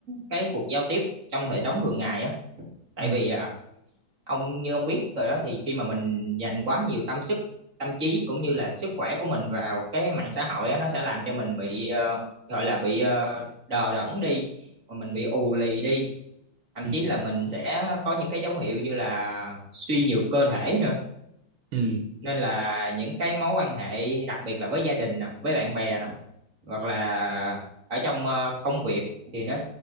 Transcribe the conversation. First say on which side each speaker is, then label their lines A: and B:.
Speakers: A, on the right; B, on the right.
A: cái cuộc giao tiếp trong đời sống thường ngày á tại
B: ừ
A: vì à, ông như ông biết rồi đó thì khi mà mình dành quá nhiều tâm sức tâm trí cũng như là sức khỏe của mình vào cái mạng xã hội á nó sẽ làm cho mình bị ờ, gọi là bị ờ, đờ đẫn đi mà mình
B: ừ
A: bị ù lì đi thậm
B: ừ
A: chí là mình sẽ có những cái dấu hiệu như là suy nhược cơ thể nữa
B: ừ
A: nên là những cái mối quan hệ đặc biệt là với gia đình nè với bạn bè nè hoặc là ở trong ờ, công việc thì nó